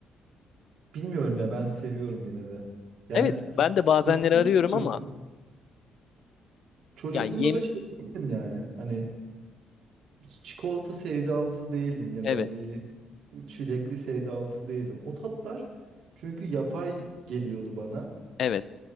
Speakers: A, on the right (about 80°); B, on the left (about 60°).
A: bilmiyorum ya ben seviyorum yine de. Yani
B: Evet, ben de bazenleri
A: çocukluğumda
B: arıyorum ama
A: çocukluğumda
B: ya yem
A: da şey değildim yani. Hani çikolata sevdalısı değildim ya
B: evet,
A: da bir çilekli sevdalısı değildim. O tatlar çünkü yapay geliyordu bana.
B: evet.